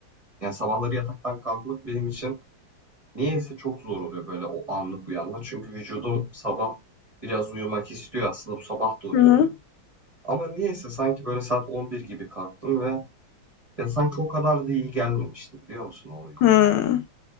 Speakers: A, on the right; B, on the left.
A: Yani sabahları yataktan kalkmak benim için niyeyse çok zor oluyor böyle o anlık uyanma. Çünkü vücudum sabah biraz uyumak istiyor aslında bu sabah da uyudu.
B: Hı hı.
A: Ama niyeyse sanki böyle saat 11 gibi kalktım ve ya sanki o kadar da iyi gelmemişti biliyor musun o uyku?
B: Hı.